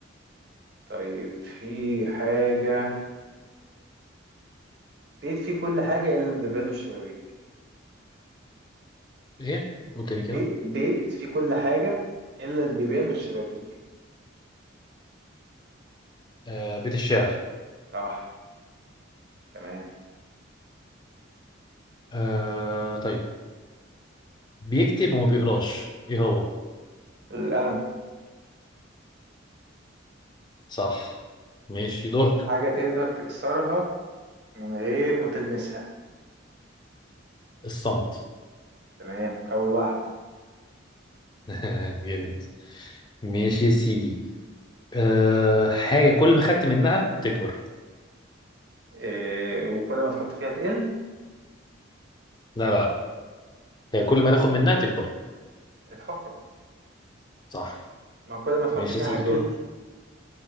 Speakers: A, on the right; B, on the left.
A: طيب في حاجة بيت فيه كل حاجة الا البيبان والشبابيك
B: ايه قول تاني كده
A: بيت بيت فيه كل حاجة الا البيبان والشبابيك
B: آه بيت الشعر
A: صح تمام
B: آه طيب بيكتب وما بيقراش ايه هو
A: القلم
B: صح ماشي دورك
A: حاجة تقدر تكسرها من غير ما تلمسها
B: الصمت
A: تمام او الوعد
B: <laughs> جامد ماشي يا سيدي آه حاجة كل ما خدت منها تكبر
A: إيه وكل ما تحط فيها تقل
B: لا لا هي كل ما تاخد منها تكبر
A: الحفرة
B: صح
A: ما كل ما تحط
B: ماشي
A: فيها
B: يا سيدي
A: هتقل
B: دورك